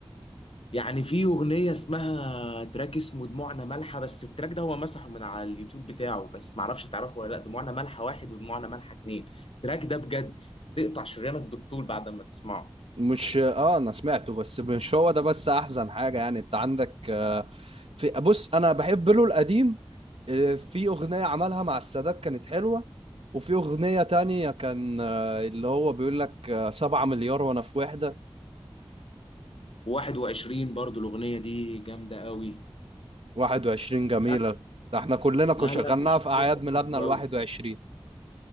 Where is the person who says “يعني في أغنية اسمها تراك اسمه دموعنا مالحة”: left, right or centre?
Left